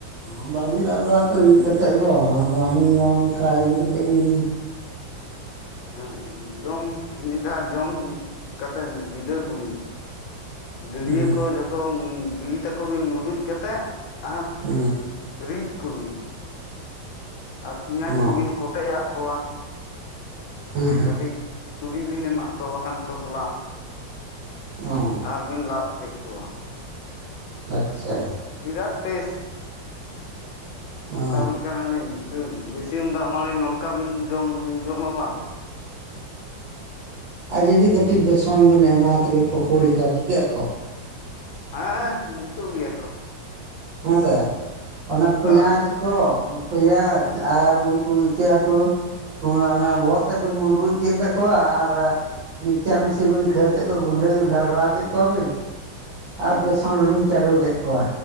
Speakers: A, on the right (about 85°); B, on the left (about 90°).
A: ᱚᱻᱵᱟᱹᱞᱤᱧ ᱞᱟᱜ ᱵᱟᱲᱟ ᱛᱚ ᱨᱤᱫ ᱠᱟᱛᱮᱫ ᱫᱚ ᱟᱫᱚ ᱟᱹᱞᱤᱧ ᱫᱚ ᱚᱱᱠᱟ ᱤᱭᱟᱹ ᱠᱟᱛᱮᱫ ᱜᱤᱞᱤᱧ
B: <inaudible> ᱦᱮᱸ ᱡᱚᱢ ᱢᱤᱫ ᱫᱷᱟᱣ ᱡᱚᱢ ᱠᱟᱛᱮᱫ ᱵᱤᱰᱟᱹᱣ ᱠᱩᱵᱤᱱ᱾ ᱫᱟᱹᱲᱭᱟᱹ
A: ᱦᱩᱸ
B: ᱠᱚ ᱡᱷᱚᱛᱚ ᱜᱤᱲᱤ ᱛᱟᱠᱚ ᱵᱤᱱ ᱢᱩᱨᱫᱩᱡ ᱠᱟᱛᱮᱫ ᱟᱨ,
A: ᱩᱸ᱾
B: ᱨᱤᱫ ᱠᱩᱵᱤᱱ᱾ ᱟᱨ ᱯᱤᱸᱭᱟᱡᱽ
A: ᱚ
B: ᱠᱩᱵᱤᱱ ᱠᱚᱴᱮᱜ ᱟᱜ ᱠᱚᱣᱟ᱾
A: ᱦᱮᱸ ᱦᱮᱸ
B: ᱠᱟᱹᱴᱤᱜ ᱛᱩᱲᱤ ᱵᱤᱱ ᱮᱢᱟᱜ ᱠᱚᱣᱟ ᱵᱟᱠᱷᱟᱱ ᱠᱷᱚᱥᱞᱟ᱾
A: ᱚᱸ
B: ᱫᱚ ᱵᱤᱱ ᱞᱟᱫ ᱠᱮᱫ ᱠᱚᱣᱟ᱾
A: ᱟᱪᱪᱷᱟ᱾
B: ᱵᱤᱨᱟᱴ ᱴᱮᱥ᱾ ᱢᱮᱛᱟ
A: ᱚ
B: ᱵᱤᱱ ᱠᱟᱱᱟᱞᱤᱧ ᱛᱟᱹ ᱵᱟᱹᱭᱥᱟᱹᱢ ᱫᱟᱜᱽ ᱢᱟᱹᱲᱤ ᱱᱚᱝᱠᱟ ᱵᱤᱱ ᱡᱚᱢ ᱵᱤᱱ ᱡᱚᱢᱟ ᱵᱟᱝ,
A: ᱟᱨ ᱡᱩᱫᱤ ᱠᱟᱹᱴᱤᱜ ᱵᱮᱥᱚᱱ ᱵᱮᱱ ᱮᱢᱟ ᱛᱚᱵᱤᱱ ᱯᱚᱠᱳᱲᱤ ᱠᱚᱣᱟ ᱪᱤᱠᱟᱹᱜ ᱟᱠᱚ?
B: ᱦᱟᱸ ᱦᱟᱸ ᱡᱩᱛᱩᱜ ᱜᱮᱭᱟ ᱠᱚ᱾
A: ᱦᱮᱸᱥᱮ, ᱚᱱᱟ ᱯᱮᱸᱭᱟᱡᱽ
B: ᱦᱳᱭ
A: ᱠᱚ ᱯᱮᱸᱭᱟᱡᱽ ᱟᱨ ᱩᱱᱠᱩ ᱤᱪᱟᱹᱜ ᱦᱟᱹᱠᱩ ᱚᱣᱟ ᱚᱱᱮ ᱵᱚᱦᱚᱜ ᱛᱮᱡ ᱵᱮᱱ ᱢᱩᱸᱰᱨᱩᱡ ᱠᱮᱫ ᱛᱟᱠᱚᱣᱟ ᱟᱨ ᱢᱤᱠᱪᱟᱨ ᱢᱤᱥᱤᱱ ᱨᱮ ᱵᱤᱱ ᱠᱷᱟᱹᱲ ᱠᱮᱫ ᱠᱚᱣᱟ ᱜᱩᱸᱰᱟᱹ ᱜᱷᱟᱲ ᱜᱷᱲᱟᱣ ᱠᱮᱫ ᱠᱚᱣᱟ ᱵᱤᱱ,
B: ᱦᱩᱸ
A: ᱟᱨ ᱵᱮᱥᱚᱱ ᱨᱮ ᱵᱤᱱ ᱪᱟᱰᱩ ᱠᱮᱜ ᱠᱚᱣᱟ᱾